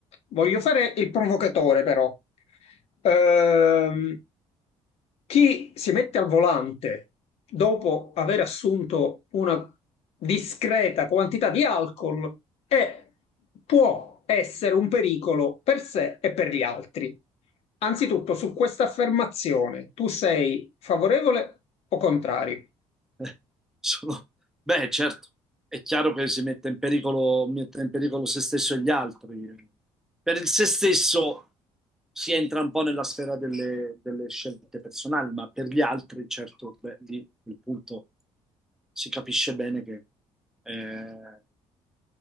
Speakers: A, on the left; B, in the centre.
A: voglio fare il provocatore però. Ehm, Chi si mette al volante dopo aver assunto una discreta quantità di alcol è, può essere un pericolo per sé e per gli altri. Anzitutto, su questa affermazione, tu sei favorevole o contrario?
B: <laughs> Eh, sono- Beh, certo, è chiaro che si mette in pericolo, mette in pericolo se stesso e gli altri. Per il se stesso si entra un po' nella sfera delle, delle scelte personali, ma per gli altri, certo, beh, lì il punto si capisce bene che eh,